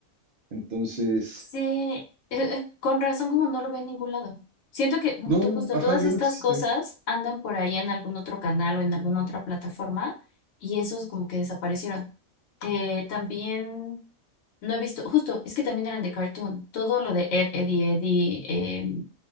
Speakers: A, on the right; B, on the left.
A: Entonces,
B: Sí, eh, eh, con razón como no lo veo en ningún lado. Siento que mm,
A: no,
B: tú justo
A: ajá,
B: todas
A: ya
B: estas
A: no existe.
B: cosas andan por ahí en algún otro canal o en alguna otra plataforma y esos como que desaparecieron. Eh, también no he visto, justo, es que también eran de cartoon, todo lo de Ed, Eddie, Eddie, em,